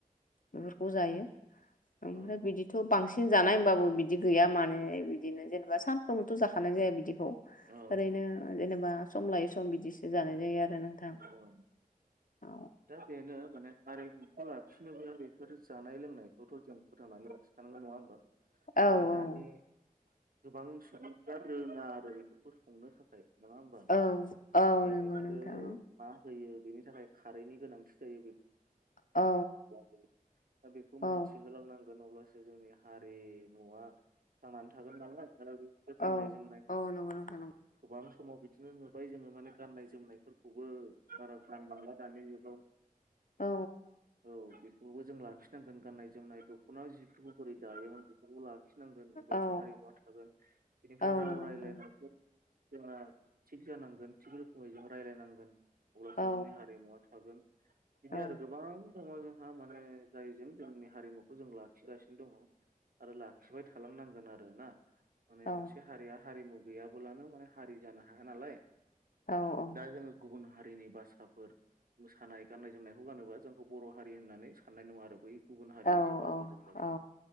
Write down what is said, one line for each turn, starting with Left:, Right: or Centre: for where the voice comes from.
Left: बेफोरखौ जायो। ओमफ्राय
Right: औ
Left: बिदिथ' बांसिन। बांसिन जानाय होमबाबो बिदि गैया मानो बिदिनो जेनेबा सानफ्रोमबोथ' जाखानाय जाया बिदि। ओरैनो
Right: औ
Left: जेनेबा सम लायै सम बिदिसो जानाय जायो आरो। नोंथां।
Right: औ औ
Left: औ
Right: दा बेनो। माने हारिमुखौ लाखिनोबो बेफोर जानाय लोंनायखौथ' जों फोथांनानै लाखिखानांगौ नङा होमबा।
Left: औ
Right: माने दानि।
Left: औ
Right: गोबां सुबुंथिया रोङा आरो बेफोरखौ संनो थाखाय। नङा होनबा
Left: औ औ
Right: दा
Left: नंगौ
Right: बेखौनो
Left: नोंथां
Right: होयो बेनि थाखाय खारैनि गोनांथि जायो
Left: औ
Right: बे <inaudible> अब्लासो
Left: औ
Right: जोंनि हारिमुआ थांनानै थागोन नालाय। आरो बे गाननाय
Left: औ
Right: जोमनाय
Left: औ नंगौ नोंथां नंगौ
Right: गोबां समाव बिदिनो नुबाय जोङो माने गान्नाय जोमनायफोरखौबो बारा गानबांला दानि जुगाव।
Left: औ
Right: औ। बेखौबो जों लाखिनांगोन गान्नाय जोमनाय दख'ना जिफोरखौ बोरै दायोमोन बेखौफोरखौबो। लाखिनांगोन होमब्लासो
Left: औ
Right: हारिमुवा थागोन बेनिफ्राय
Left: औ
Right: राव
Left: नंगौ
Right: रायलायनाय।
Left: नोंथां
Right: जोंहा थिग जानांगोन थिग रोखोमै जों रायलायनांगोन। अब्लासो
Left: औ
Right: जोंनि हारिमुवा थागोन बिदि
Left: औ
Right: आरो गोबां दङ जोंहा माने जायजों जोंनि हारिमुखौ जों लाखिगासिनो दङ। आरो लाखिबाय थालांनांगोन आरोना। माने
Left: औ
Right: मोनसे हारिया हारिमु गैयाबोलानो माने हारि जानो हाया नालाय।
Left: औ औ।
Right: दा जोङो गुबुन हारिनि भाषसाफोर। मोसानाय गाननाय जोमनायखौ गानोबा जोंखौ बर' हारि होननानै साननाय नङा आरो बै। गुबुन हारिनिसो
Left: औ
Right: बाहागो जों जागोन।
Left: औ